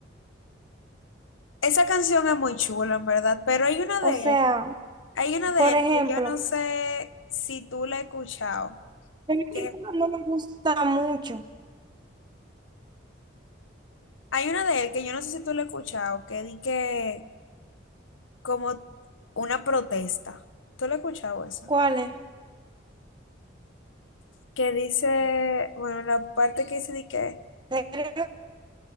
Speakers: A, on the left; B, on the right.
A: Esa canción es muy chula, en verdad, pero hay una
B: O
A: de
B: sea,
A: él, hay una de
B: por
A: él
B: ejemplo,
A: que yo no sé si tú la has escuchado,
B: hay
A: que
B: una que no me gusta mucho.
A: hay una de él que yo no sé si tú la has escuchado, que di que como una protesta. ¿Tú la has escuchado esa?
B: ¿Cuál es?
A: Que dice, bueno, la parte que dice di que
B: Creo